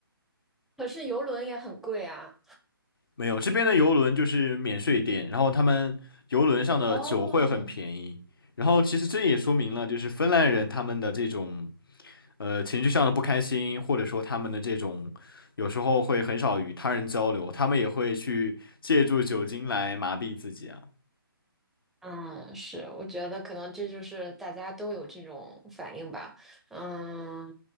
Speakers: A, in the centre; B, on the left.
A: 可是游轮也很贵啊。
B: 没有，这边的游轮就是免税店，然后他们游轮上的酒会很便宜。
A: 哦，
B: 然后其实这也说明了，就是芬兰人他们的这种。呃情绪上的不开心，或者说他们的这种有时候会很少与他人交流，他们也会去借助酒精来麻痹自己啊。
A: 嗯，是，我觉得可能这就是大家都有这种反应吧。嗯，